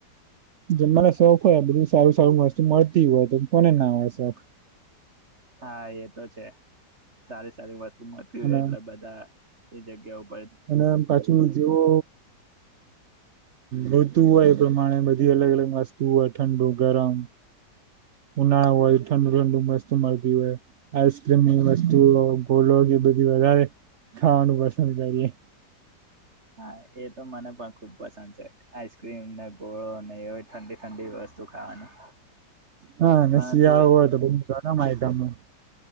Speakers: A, on the right; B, on the right.
A: જે મને સૌખ હોય, બધું સારું સારું વસ્તુ મળતી, હોય તો કોને ના હોય સૌખ?
B: હા, એ તો છે. સારી સારી વસ્તુ મળતી હોયએટલે
A: અને
B: બધા એ જગ્યા ઉપ
A: અને પાછુ જેવો, ઉ ઋતુ હોય એ પ્રમાણે બધી અલગ અલગ વસ્તુ હોય ઠંડુ, ગરમ ઉનાળા હોય ઠંડુ ઠંડુ વસ્તુ મળતી હોય, આઈસક્રીમની વસ્તુ, ગોલોગ એ બધી વધારે ખાવાનું પસંદ કરીએ.
B: હા, એ તો મને પાક્કુ પસંદ છે, આઈસક્રીમ ને, ગોળોને, એવી ઠંડી ઠંડી વસ્તુ ખાવાની
A: હા, ને
B: પરંતુ
A: સિયાળો હોય તો પછી <unintelligible> ગરમ આઇટમો